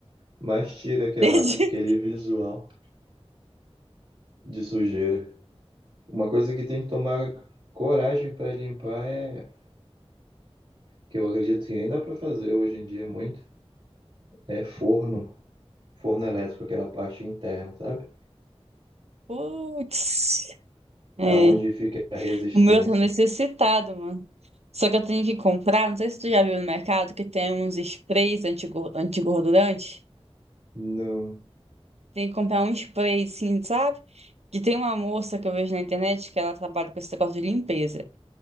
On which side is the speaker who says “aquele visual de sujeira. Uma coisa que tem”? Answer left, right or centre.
Right